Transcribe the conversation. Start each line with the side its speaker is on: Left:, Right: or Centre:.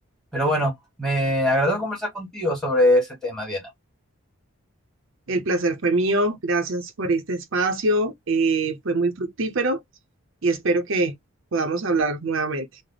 Centre: Pero bueno, me agradó conversar contigo sobre ese tema, Diana.
Right: El placer fue mío. Gracias por este espacio. eh, fue muy fructífero y espero que podamos hablar nuevamente.